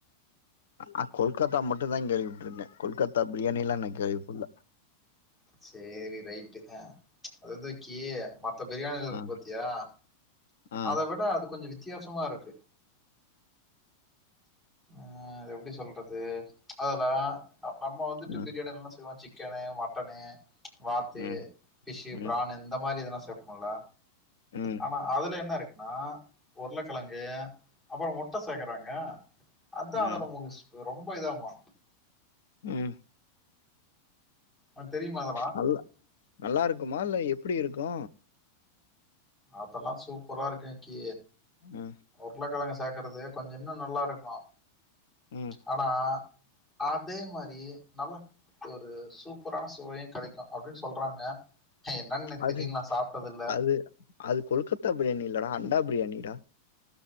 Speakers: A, on the left (about 60°); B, in the centre.
A: ஆ கொல்கத்தா மட்டுந்தா கேள்விபட்டுருக்கே கொல்கத்தா பிரியாணிலா நா கேள்விப்பல்ல
B: சேரி ரைட்டு அ அது வந்து விக்கி மத்த பிரியாணில இருக்கு
A: ஆ
B: பாத்தியா
A: ஆ
B: அத விட அது கொஞ்சொ வித்தியாசமாருக் ம் அத எப்டி சொல்றது அதுலடா நம்மோ வந்துட்டு
A: ம்
B: பிரியாணி என்னமா செய்வோம் சிக்கனு மட்டனு வாத்து
A: ம்
B: ஃபிஷ்
A: ம்
B: ப்ரான் இந்த மாரி எதனா சேப்போல்ல
A: ம்
B: ஆனா அதுல என்ன இருக்குன்னா உருளக்கெழங்கு அப்பறோ முட்ட சேக்குறாங்க அதா
A: ம்
B: அதனு சு ரொம்ப இதாமா
A: ம்
B: ஒனக் தெரியுமா அத
A: நல்ல நல்லாருக்குமா இல்ல எப்டி இருக்கு
B: அதெல்லா சூப்பரா இருக்கு கி
A: ம்
B: உருளக்கெழங்க சேக்குறது கொஞ்சொ இன்னு நல்லாருக்கு
A: ம்
B: ஆனா அதே மாரி நல்ல ஒரு சூப்பரான சுவையு கெடைக்கு அப்டின் சொல்றாங்க அ என்னன்னே தெரில
A: அது
B: நா சாப்ட்டது இல்ல
A: அது அது கொல்கத்தா பிரியாணி இல்லடா அண்டா பிரியாணிடா